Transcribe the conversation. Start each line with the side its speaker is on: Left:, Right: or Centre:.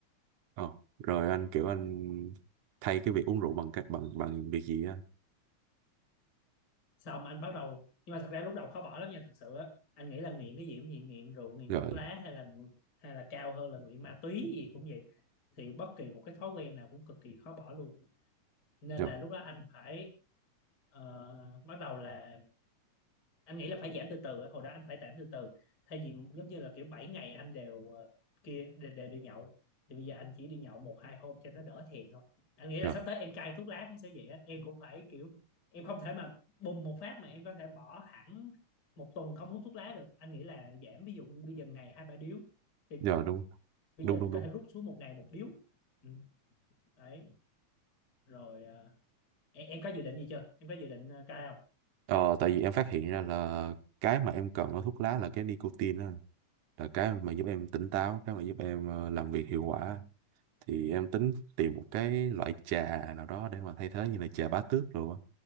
Right: Ờ, rồi anh kiểu anh thay cái việc uống rượu bằng cách bằng bằng việc gì á
Left: xong anh bắt đầu nhưng mà thật ra lúc đầu khó bỏ lắm nha thật sự á anh nghĩ là nghiện cái gì cũng nghiện nghiện rượu nghiện
Right: rồi
Left: thuốc lá hay là hay là cao hơn là nghiện ma túy gì cũng vậy thì bất kỳ một cái thói quen nào cũng cực kỳ khó bỏ luôn nên
Right: rồi
Left: là lúc đó anh phải ờ, bắt đầu là anh nghĩ là phải giảm từ từ á, hồi đó anh phải giảm từ từ thay vì giống như là kiểu 7 ngày anh đều ờ, kia đều, đều đi nhậu thì bây giờ anh chỉ đi nhậu một hai hôm cho nó đỡ thèm thôi anh nghĩ là
Right: rồi
Left: sắp tới em cai thuốc lá cũng sẽ vậy á em cũng phải kiểu em không thể mà bùng một phát mà em có thể bỏ hẳn một tuần không hút thuốc lá được anh nghĩ là giảm ví dụ bây giờ ngày hai ba điếu thì
Right: rồi đúng
Left: bây
Right: đúng
Left: giờ
Right: đúng
Left: có
Right: đúng
Left: thể rút xuống một ngày một điếu ừ, đấy rồi ờ, em, em có dự định gì chưa em có dự định ờ, cai không?
Right: ờ, tại vì em phát hiện ra là cái mà em cần ở thuốc lá là cái nicotine đó anh. là cái mà giúp em tỉnh táo cái mà giúp em ờ, làm việc hiệu quả thì em tính tìm một cái loại trà nào đó để mà thay thế như là trà bá tước rồi á.